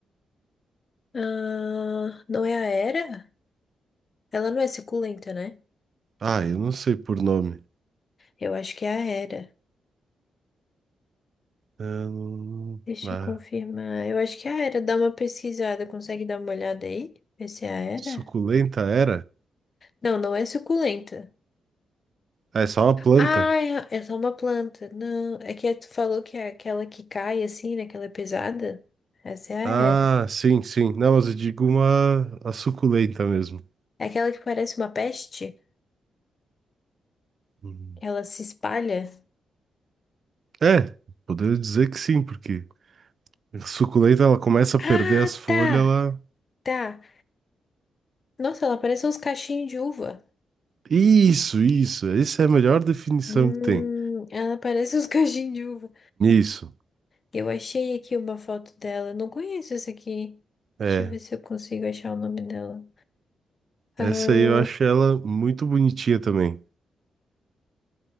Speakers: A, on the left (about 50°); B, on the right (about 55°).
A: Ah, não é a Hera? Ela não é suculenta, né?
B: Ah, eu não sei por nome.
A: Eu acho que é a Hera.
B: Eu não-
A: Deixa
B: Ah,
A: eu confirmar. Eu acho que é a Hera. Dá uma pesquisada. Consegue dar uma olhada aí? Ver se é a Hera?
B: suculenta era?
A: Não, não é suculenta.
B: Ah, é só uma planta.
A: Ah, é é só uma planta. Não, é que tu falou que é aquela que cai assim, né? Que ela é pesada. Essa é
B: Ah,
A: a Hera.
B: sim, sim. Não, mas eu digo uma a suculenta mesmo.
A: É aquela que parece uma peste?
B: Uhum.
A: Que ela se espalha?
B: É, poderia dizer que sim, porque a suculenta ela começa a perder
A: Ah,
B: as folhas,
A: tá!
B: ela.
A: Tá. Nossa, ela parece uns cachinhos de uva.
B: Isso, isso. Essa é a melhor definição
A: Hum,
B: que tem.
A: ela parece os cachimbo <laughs> de uva.
B: Isso.
A: Eu achei aqui uma foto dela. Não conheço essa aqui.
B: É.
A: Deixa eu ver se eu consigo achar o nome dela. Ah,
B: Essa aí eu acho ela muito bonitinha também.